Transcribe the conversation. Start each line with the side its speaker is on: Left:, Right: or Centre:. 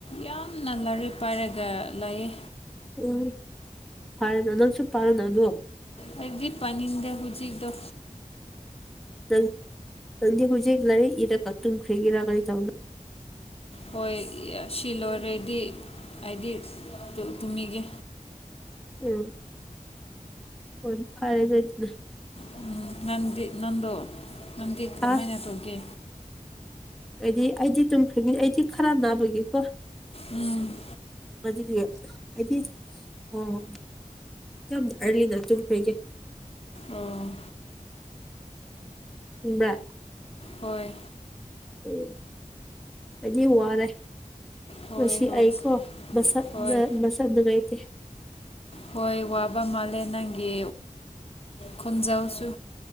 Left: ꯌꯥꯝꯅ ꯂꯥꯏꯔꯤꯛ ꯄꯥꯏꯔꯒ ꯂꯩꯌꯦ
Centre: ꯎꯝ ꯐꯔꯦꯅ ꯅꯪꯁꯨ ꯄꯥꯔꯅ ꯑꯗꯣ
Left: ꯍꯥꯏꯗꯤ ꯄꯅꯤꯡꯗ ꯍꯧꯖꯤꯛ ꯗꯣ
Centre: ꯇ ꯍꯖꯤꯦꯒ ꯂꯔꯦ ꯏꯔ ꯀ ꯇ ꯈꯒꯔꯥꯒ ꯇꯧ
Left: ꯍꯣꯏ ꯁꯤ ꯂꯣꯏꯔꯦꯗꯤ ꯍꯥꯏꯗꯤ ꯇꯨꯝꯃꯤꯒꯦ
Centre: ꯎꯝ ꯍꯣꯏ ꯐꯔꯦ ꯑꯗꯨ ꯑꯗꯨꯅ
Left: ꯎꯝ ꯅꯪꯗꯤ ꯅꯪꯗꯣ ꯅꯪꯗꯤ ꯀꯃꯥꯏꯅ
Centre: ꯍꯥ
Left: ꯇꯧꯒꯦ
Centre: ꯑꯩꯗꯤ ꯑꯩꯗꯤ ꯇꯨꯝꯈ꯭ꯦꯉ ꯑꯩꯗꯤ ꯈꯔ ꯅꯥꯕꯒꯤꯀꯣ
Left: ꯎꯝ
Centre: ꯑꯗꯨꯗꯤ ꯍꯥꯏꯗꯤ ꯑꯣ ꯀꯇ ꯑꯔꯂꯤꯗ ꯆꯨꯝꯈ꯭ꯔꯩꯒꯦ
Left: ꯑꯣ
Centre: ꯕ
Left: ꯍꯣꯏ
Centre: ꯑꯣ ꯀꯖꯤ ꯍꯧꯔꯦ
Left: ꯍꯣꯏ
Centre: ꯉ
Left: ꯍꯣꯏ
Centre: ꯑꯏꯀꯣ ꯃꯁ
Left: ꯍꯣꯏ
Centre: ꯃꯁ ꯑꯗꯨꯗꯨꯒꯥꯏꯇꯦ
Left: ꯍꯣꯏ ꯋꯥꯕ ꯃꯥꯜꯂꯦ ꯅꯪꯒꯤ ꯈꯣꯟꯖꯥꯎꯁꯨ